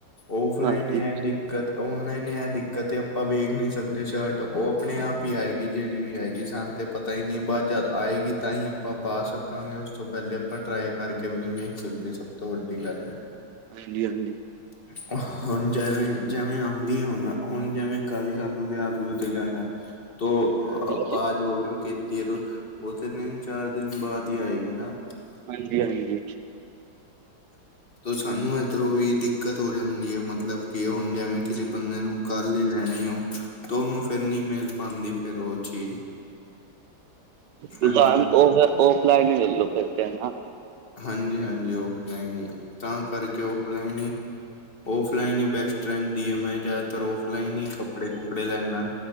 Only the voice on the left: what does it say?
ਔਫਲਾਈਨ
ਐਡਿਕ ਦਿੱਕਤ, ਔਨਲਾਈਨ ਐ ਦਿੱਕਤ ਏ ਆਪਾਂ ਵੇਖ ਨੀ ਸਕਦੇ, ਸ਼ਰਟ ਉਹ ਆਪਨੇ ਆਪ ਈ ਆਏਗੀ, ਜੇੜੀ ਵੀ ਆਏਗੀ ਸਾਨੂੰ 'ਤੇ। ਪਤਾ ਈ ਨੀ, ਬਾਦ ਜਾਦਾ ਆਏਗੀ ਤਾਂ ਈ ਆਪਾਂ ਪਾ ਸਕਾਂਗੇ, ਉਸ ਤੋਂ ਪੈਲੇ ਆਪਾਂ ਟਰਾਈ ਕਰਕੇ ਵੀ ਨੀ ਵੇਖ ਸਕਦੇ ਸਬ। ਤੋਂ ਵੱਡੀ ਗੱਲ ਐ।
<inaudible> ਹੁਨ ਜੇਵੇਂ, ਜੇਵੇਂ ਆਂਦੀ ਹੁਨ, ਹੁਨ ਜੇਵੇਂ ਕੱਲ੍ਹ ਸਾਨੂੰ ਵਿਆਹ-ਵਿਓ ਤੇ ਜਾਨੈ। ਤੋ, ਅ
ਆਜ ਔਡਰ ਕੀਤੀ ਏ, ਓ ਤੇ ਤਿੰਨ- ਚਾਰ ਦਿਨ ਬਾਦ ਈ ਆਏਗੀ ਨਾ।
ਤੋ ਸਾਨੂੰ ਏਧਰੋਂ ਵੀ ਦਿੱਕਤ ਹੋ ਜਾਂਦੀ ਐ ਮਤਲਬ ਕਿ ਹੁਣ ਜੇਵੇਂ ਕਿਸੇ ਬੰਦੇ ਨੂੰ ਕੱਲ੍ਹ ਈ ਲੈਣੀ ਹੋ ਤੋ ਉਹਨੂੰ ਫੇਰ ਨੀਂ ਮਿਲ ਪਾਂਦੀ ਫੇਰ ਉਹ ਚੀਜ਼
ਹਾਂਜੀ
ਹਾਂਜੀ-ਹਾਂਜੀ, ਔਫਲਾਈਨ ਈ ਤਾਂ ਕਰਕੇ ਔਫਲਾਈਨ ਈ ਔਫਲਾਈਨ ਈ ਬੈਸਟ ਰਹਿੰਦੀ ਏ ਮੈਂ ਜ਼ਿਆਦਾਤਰ ਔਫਲਾਈਨ ਈ ਕੱਪੜੇ ਕੁਪੜੇ ਲੈਂਣਾ।